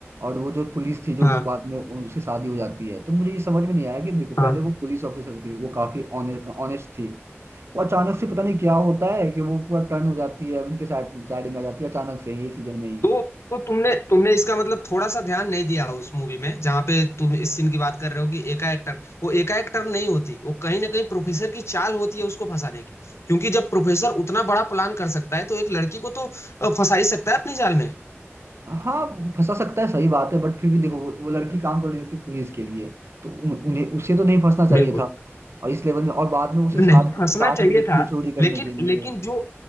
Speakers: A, on the right; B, on the left.
A: और वो जो पुलिस थी जो
B: हाँ
A: बाद में उसकी शादी हो जाती है तो मुझे ये समझ में नहीं आया कि देखो
B: हाँ
A: पहले वो पुलिस ऑफिसर थी वो काफी ऑनेस्ट थी वो अचानक से पता नहीं क्या होता है कि वो पूरा टर्न हो जाती है उनके साइड साइड में आ जाती है अचानक से ही एक सीजन में ही
B: तो तो तुमने तुमने इसका मतलब थोड़ा सा ध्यान नहीं दिया उस मूवी में जहाँ पे तुम इस सीन की बात कर रहे हो कि एकाएक टर्न वो एकाएक टर्न नहीं होती वो कहीं ना कहीं प्रोफेसर की चाल होती है उसको फंसाने की क्योंकि जब प्रोफेसर उतना बड़ा प्लान कर सकता है तो एक लड़की को तो अ, फंसा ही सकता है अपनी जाल में
A: हाँ वो फंसा सकता है सही बात है बट फिर भी देखो वो, वो लड़की काम कर रही होती पुलिस के लिए तो उन- उन्हें उसे तो नहीं फंसना चाहिए
B: बिल्कुल
A: था और इस लेवल में और बाद में उसे
B: नहीं
A: साथ
B: फंसना
A: साथ
B: चाहिए
A: भी देती
B: था
A: है चोरी करने
B: लेकिन
A: के लिए
B: लेकिन जो